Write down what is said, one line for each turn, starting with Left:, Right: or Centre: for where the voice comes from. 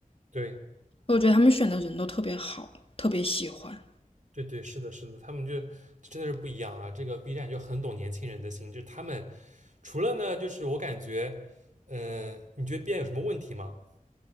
Right: 对
Left: 我觉得他们选的人都特别好，特别喜欢
Right: 对对，是的，是的，他们就真的是不一样啊。这个 B 站就很懂年轻人的心，就是他们除了呢，就是我感觉，呃，你觉得 B 站有什么问题吗？